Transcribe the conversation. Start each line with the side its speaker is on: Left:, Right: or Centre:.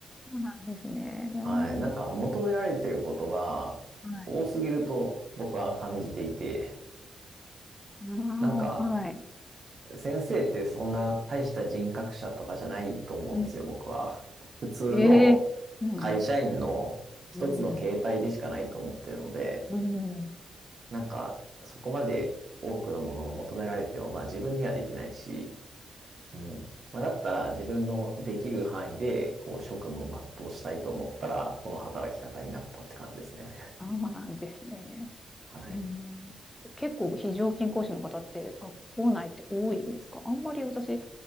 Left: そうなんですね。は
Right: はい。なんか求められていることが多すぎると僕は感じていて、
Left: いああ、
Right: なんか
Left: はい。
Right: 先生ってそんな大した人格者とかじゃないと思うんですよ、
Left: うん。
Right: 僕は。普通の会社員の一つの形態でしかないと思ってるので、
Left: ええそうなんですね。うん。うん。
Right: なんかそこまで多くのものを求められても、まあ自分にはできないし、うん。まあ、だったら自分のできる範囲でこう職務を全うしたいと思ったら、この働き方になったって感じですね。
Left: そうなんですね。
Right: はい。
Left: うん、結構非常勤講師の方って学校内って多いんですかあんまり私、自